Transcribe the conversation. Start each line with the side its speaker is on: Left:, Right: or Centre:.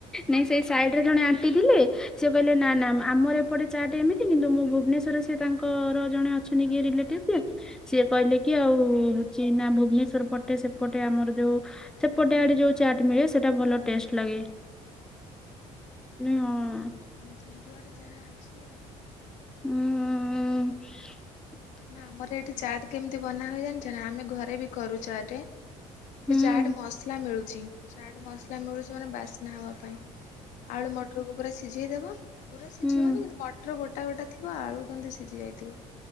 Centre: ନାଇଁ ସେଇ ସାଇଡ ରେ ଜଣେ ଆଣ୍ଟି ଥିଲେ। ସେ କହିଲେ ନା ନା ଆମର ଏପଟେ ଚାଟେ ଏମିତି କିନ୍ତୁ ମୁଁ ଭୁବନେଶ୍ୱରରେ ସେ ତାଙ୍କର ଜଣେ ଅଛନ୍ତି କିଏ ରିଲେଟିଭ୍। ସିଏ କହିଲେ କି ଆଉ ହଉଛି ନା ଭୁବନେଶ୍ଵର ପଟେ ସେପଟେ ଆମର ଯୋଉ ଟେ ଆଡେ ଯୋଉ ଚାଟ ମିଳେ ସେଟା ଭଲ ଟେଷ୍ଟ ଲାଗେଇ ହଁ।
Left: ଯେଜୁଆଡ଼େ ଯାହା ଅଛି ଆଉ।
Centre: ହୁଁ।
Left: ନା ଆମର ଏଠି ଚାଟ କେମିତି ବନା ହୁଏ ଜାଣିଛ ଆମେ ଘରେ ବି କରୁ ଚାଟ।
Centre: ହୁଁ
Left: ସେ ଚାଟ ମସଲା ମିଳୁଛି ଚାଟ ମସଲା ମିଳୁଛି ମାନେ ବାସ୍ନା ହବା ପାଇଁ। ଆଳୁ ମଟରକୁ ପୁରା ସିଝେଇଦବ ପୁରା
Centre: ହୁଁ
Left: ସିଝେଇବନି କିନ୍ତୁ ମଟର ଗୋଟା ଗୋଟା। ଥିବ ଆଳୁ କିନ୍ତୁ ସିଝି ଯାଇଥିବ।